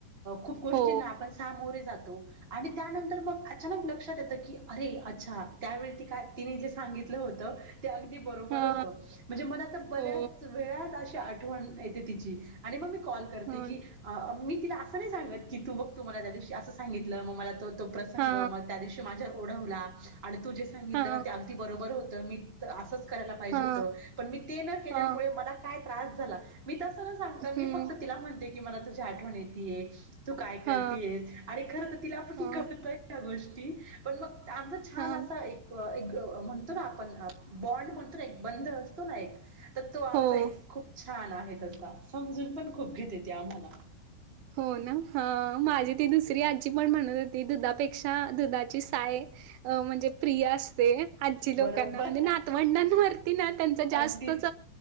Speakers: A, on the right (about 15°); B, on the right (about 85°).
A: खूप गोष्टींना
B: हो
A: आपण सामोरे जातो आणि त्यानंतर मग अचानक लक्षात येतं की अरे अच्छा त्यावेळी त काय तिने जे सांगितलं होतं ते अगदी बरोबर
B: हा
A: होत म्हणजे मला आ तर बऱ्याच
B: हो
A: वेळात अशी आठवण येते तिची आणि मग मी कॉल करते
B: हं
A: की मी तिला असं नाही सांगत की तू बघ तुम्हाला त्या दिवशी असं सांगित ग मला त तो प्रसंग
B: हा
A: मग त्या दिवशी माझ्यावर ओढवला आणि तू जे सांगितलं
B: हा
A: ना ब होत मी असंच करायला पाहिजे
B: हा
A: होत पण मी ते न केल्यामुळे
B: हा
A: मला काय त्रास झाला मी तस ना सांगता मी
B: हम्म
A: फक्त तिला म्हणते की मला तुझी आठवण येतय तू काय करतेयस
B: हा
A: आणि खर तर तिला आपण
B: हा
A: तूतय या गोष्टी पण मग आमचा छान
B: हा
A: असा एक एक म्हणतो ना आपण बॉन्ड म्हणतो ना एक बंद असतो ना एक तर तो आमचा
B: हो
A: एक खूप छान आहे तसा समजून पण खूप घेत येते आम्हाला
B: हो ना ह माझी ती दुसरी आजी पण म्हणत होती दुधापेक्षा दुधाची साय अ म्हणजे प्रिय असते आजी
A: बरोबर
B: लोकांना म्हणजे नातवंडांवरती ना त्यांचा जास्त
A: अगदीच